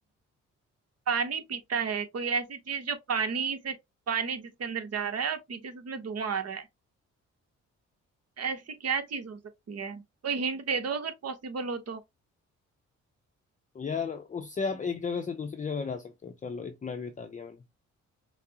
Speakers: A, on the right; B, on the left.
A: पानी पीता है कोई ऐसी चीज जो पानी से पानी जिसके अंदर जा रहा है और पीछे से उसमें धुआं आ रहा है ऐसी क्या चीज हो सकती है कोई हिंट दे दो अगर पॉसिबल हो तो
B: यार उससे आप एक जगह से दूसरी जगह जा सकते हो चलो इतना भी बता दिया मैंने